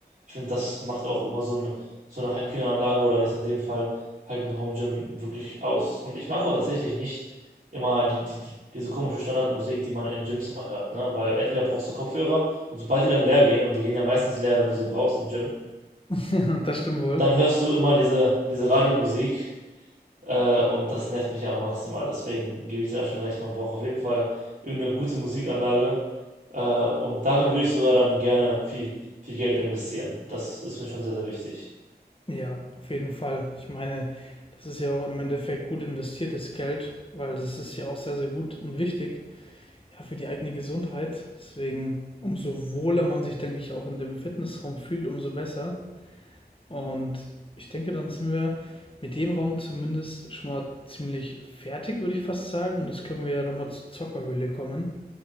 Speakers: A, on the right; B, on the left.
A: ich finde, das macht auch immer so ein, so eine Heimkinoanlage oder jetzt in dem Fall halt ein Home Gym wirklich aus. Und ich mache auch tatsächlich nicht immer die, die, die- diese komische Standardmusik, die man in Gyms immer hört, ne? Weil entweder brauchst du Kopfhörer und sobald die dann leer gehen, und die gehen ja meistens leer, wenn du sie brauchst im Gym,
B: <laughs> Das stimmt wohl.
A: dann hörst du immer diese, diese Radiomusik. Äh, und das nervt mich ja immer maximal. Deswegen gebe ich dir da schon recht, man braucht auf jeden Fall irgendeine gute Musikanlage, äh, und darin würde ich sogar dann gerne viel, viel Geld investieren. Das ist mir schon sehr, sehr wichtig.
B: Ja, auf jeden Fall. Ich meine, das ist ja auch im Endeffekt gut investiertes Geld, weil das ist ja auch sehr, sehr gut und wichtig, ja, für die eigene Gesundheit. Deswegen, umso wohler man sich, denke ich, auch in dem Fitnessraum fühlt, umso besser. Und ich denke, dann sind wir mit dem Raum zumindest schon mal ziemlich fertig, würde ich fast sagen. Und jetzt können wir ja nochmal zur Zockerhöhle kommen.